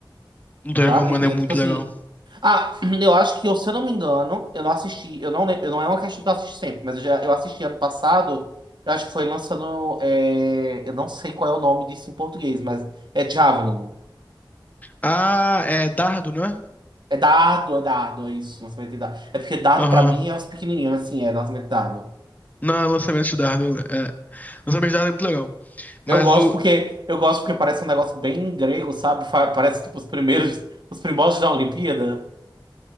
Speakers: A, on the left; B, on the right.
A: Luta
B: Sabe?
A: greco-romana é
B: É
A: muito
B: tipo assim.
A: legal.
B: Ah, <clears throat> eu acho que, eu, se eu não me engano, eu não assisti, eu não lembro, eu não é uma questão que eu assisto sempre, mas eu já eu assisti ano passado, eu acho que foi lançando. é, eu não sei qual é o nome disso em português, mas é Javelin.
A: Ah, é dardo, né?
B: É dardo, é dardo, é isso, lançamento de dardo. É porque dardo
A: Aham.
B: pra mim é os pequenininhos, assim, é lançamento de dardo.
A: Não, é lançamento de dardo. É. Lançamento de dardo é muito legal.
B: Eu
A: Mas
B: gosto
A: o.
B: porque eu gosto porque parece um negócio bem grego, sabe? Fa- Parece tipo os primeiros, os primórdios da Olimpíada.